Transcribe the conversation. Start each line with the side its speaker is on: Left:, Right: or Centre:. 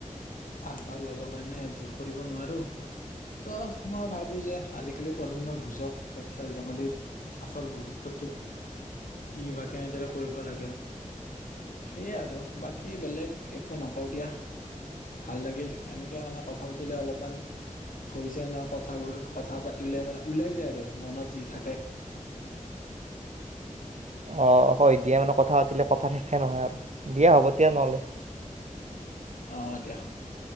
Left: আগভাগ ল'ব কাৰণে জোৰ কৰিব নোৱাৰো তো মই ভাবোঁ যে আজিকালি প্ৰজন্মই বুজক যে খেল-ধেমালিৰ আচল গুৰুত্বটো কি বা কেনেদৰে কৰিব লাগে, সেয়াই আৰু বাকী বেলেগ একো নকওঁ দিয়া। ভাল লাগিল। এনেকে মানে কথা পাতিলে অলপমান হৈ যায় ন। কথাবোৰ, কথা পাতিলে মানে ওলাই যায় আৰু মনত যি থাকে।
Right: অ, হয় দিয়া মানে কথা পাতিলে কথাৰ শেষে নহয় আৰু, দিয়া হ'ব দিয়া নহ'লে।
Left: অঁ দিয়া হ'ব দিয়া।